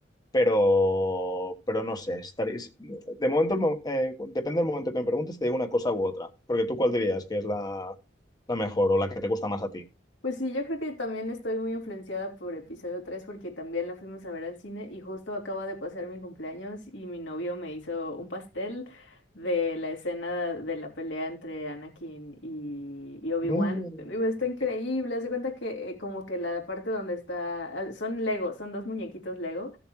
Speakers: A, on the left; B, on the left.
A: pero, pero no sé, estaréis... De momento, el mo- eh, depende del momento que me preguntes, te digo una cosa u otra, porque tú cuál dirías que es la, la mejor o la que te gusta más a ti.
B: Pues sí, yo creo que también estoy muy influenciada por episodio 3 porque también la fuimos a ver al cine y justo acaba de pasar mi cumpleaños y mi novio me hizo un pastel de la escena de la pelea entre Anakin y, y Obi-Wan.
A: No,
B: Digo, está increíble,
A: qué bueno.
B: haz de cuenta que eh, como que la parte donde está, ah, son Lego, son dos muñequitos Lego